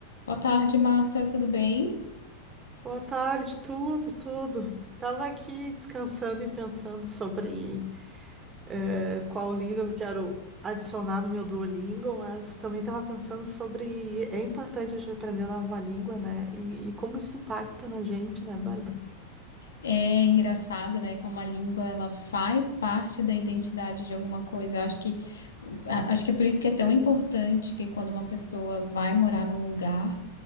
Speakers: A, on the left (about 65°); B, on the right (about 20°).
A: Boa tarde, Marta. Tudo bem?
B: Boa tarde, tudo, tudo. Tava aqui descansando e pensando sobre eh, qual língua eu quero adicionar no meu Duolingo, mas também tava pensando sobre é importante a gente aprender uma nova língua, né? E, e como isso impacta na gente, né, Bárbara?
A: É engraçado, né? Como a língua ela faz parte da identidade de alguma coisa. Eu acho que a- acho que é por isso que é tão importante que quando uma pessoa vai morar num lugar,